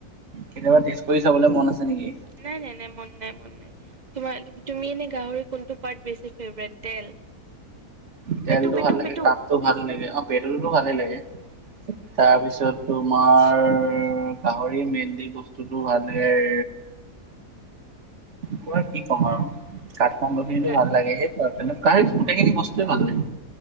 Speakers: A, on the right; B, on the right.
A: কেতিয়াবা টেষ্ট কৰি চাবলৈ মন আছে নেকি?
B: নাই নাই নাই মন নাই মন নাই তোমাৰ তুমি এনে গাহৰি কোনটো পাৰ্ট বেছি ফেভৰেট তেল
A: তেলটো
B: পেটু পেটু
A: ভাল লাগে
B: পেটু
A: কাজটো ভাল লাগে অ পেট্ৰলটো ভালেই লাগে তাৰপিছত তোমাৰ
B: চি
A: গাহৰি মেইনলি বস্তুটো ভালেই পুৰা কি ক'ম আৰু কাঠফম গুটিটো
B: গা
A: ভাল লাগে গোটেইখিনি বস্তুৱে ভাল লাগে